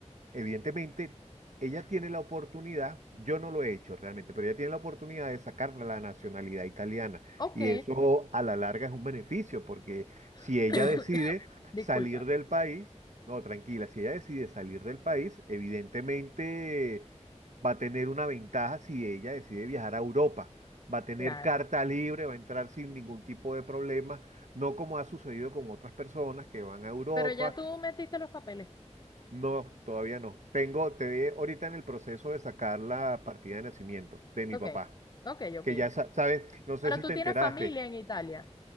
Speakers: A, on the right (about 80°); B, on the left (about 35°).
A: evidentemente, ella tiene la oportunidad, yo no lo he hecho realmente, pero ella tiene la oportunidad de sacar la nacionalidad italiana.
B: Ok,
A: Y eso a la larga es un beneficio, porque si
B: <coughs>
A: ella decide
B: disculpa.
A: salir del país, no, tranquila, si ella decide salir del país, evidentemente va a tener una ventaja si ella decide viajar a Europa. Va a tener
B: Claro.
A: carta libre, va a entrar sin ningún tipo de problema, no como ha sucedido con otras personas que van a Europa
B: Pero ya tú metiste los papeles.
A: no, todavía no. Tengo, te ve ahorita en el proceso de sacar la partida de nacimiento de mi
B: Ok,
A: papá,
B: ok, ok,
A: que ya
B: ok.
A: sa- sabes, no sé
B: Pero
A: si
B: tú
A: te
B: tienes
A: enteraste.
B: familia en Italia,